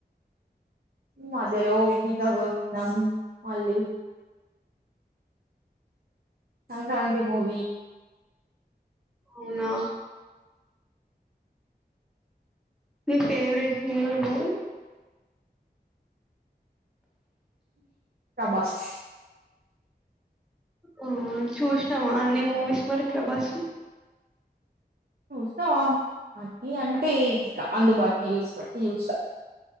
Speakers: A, on the right; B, in the centre.
A: మద్యల హ తగ నమ్ అళ్ళ సంక్రాంతి మూవి
B: అవునా మీీ ఫేవరెట్ హీరో ఎవరు
A: కా బస్
B: ఆ చూసామా అన్ని మూవీస్ మరి ప్రభాస్
A: చూస్తాం అన్నీ అంటే ఇంకా అందుబాటుని చూసిపట్టి చూస్తా